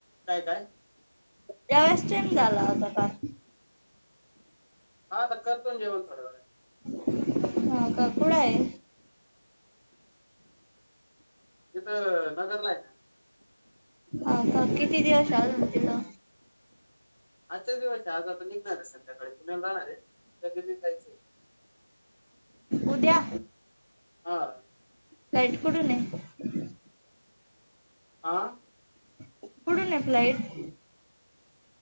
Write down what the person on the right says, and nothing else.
त्यावेळेस टेम झाला होता फार.
हा क कुडय?
हा प किती दिवस अजून तिथं?
उद्या
फॉईट कुडूून हे.
कुठून हे फ्लाइट?